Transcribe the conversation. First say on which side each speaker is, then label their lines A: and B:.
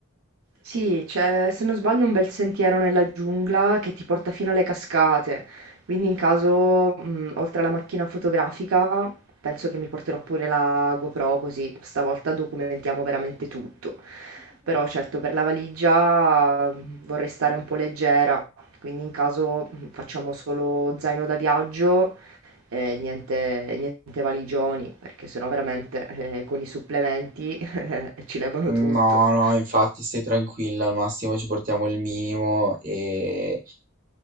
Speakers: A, on the right (about 80°); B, on the right (about 40°).
A: Sì, c'è, se non sbaglio, un bel sentiero nella giungla che ti porta fino alle cascate. Quindi, in caso, mh, oltre alla macchina fotografica, penso che mi porterò pure la GoPro, così stavolta documentiamo veramente tutto. Però, certo, per la valigia mh, vorrei stare un po' leggera. Quindi, in caso, mh, facciamo solo zaino da viaggio e niente, niente valigioni, perché sennò veramente, eh, con i supplementi, <laughs> ci levano
B: No,
A: tutto.
B: no, infatti stai tranquilla, al massimo ci portiamo il minimo e...